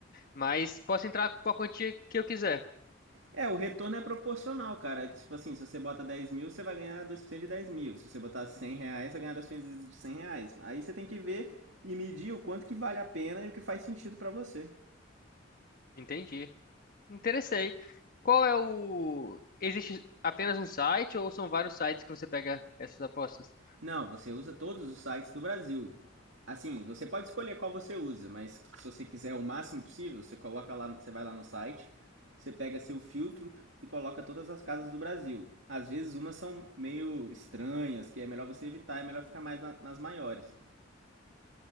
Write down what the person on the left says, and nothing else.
mas posso entrar com a quantia que eu quiser.
Entendi. Me Interessei. Qual é o... Existe apenas um site ou são vários sites que você pega essas apostas?